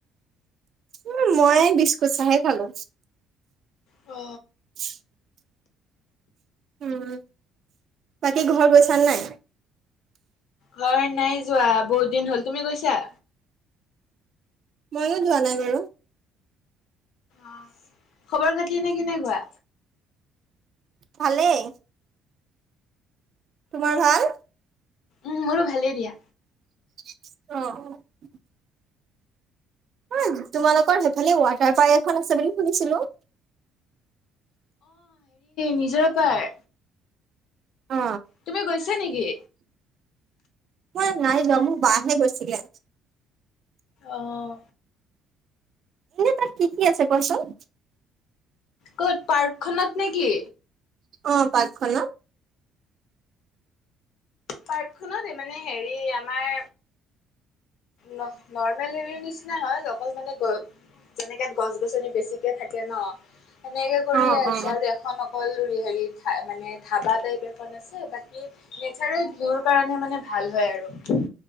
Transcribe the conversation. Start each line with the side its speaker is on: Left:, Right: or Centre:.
Right: উ মই বিস্কুট চাহে খালো
Left: অ
Right: <inaudible> উম বাকী ঘৰ গৈছা নাই
Left: ঘৰ নাই যোৱা বহুত দিন হল তুমি গৈছা
Right: ময়ো যোৱা নাই বাৰু
Left: আহ খবৰ খাতি নে কেনেকুৱা
Right: ভালেই তোমাৰ ভাল
Left: উম মোৰো ভালেই দিয়া
Right: অ',। হয় তোমালোকৰ সেইফালে ৱাটাৰ পাৰ্ক এখন আছে বুলি শুধছিলো
Left: নিজৰ পাই
Right: অ
Left: তুমি গৈছা নেকি?
Right: মই নাই যোৱা মোক বাহহে গৈছিলে
Left: আহ
Right: এনে তাৰ কি, কি আছে কোৱা চোন
Left: ক'ত পাৰ্কখনত নেকি
Right: অ পাৰ্কখন ন
Left: পাৰ্কখনতে মানে হেৰি আমাৰ ন নৰ্মেল হেৰিৰ নিচিনা হয় অকল মানে গৈ তেনেকে গছ- গছনি বেছিকে থাকে ন সেনেকে কৰি
Right: অ
Left: আহিছে
Right: অ
Left: আৰু এখন অকল হেৰি মানে ধাবা টাইপ এখন আছে বাকী নেচাৰেল ভিউৰ কাৰণে মানে ভাল হয় আৰু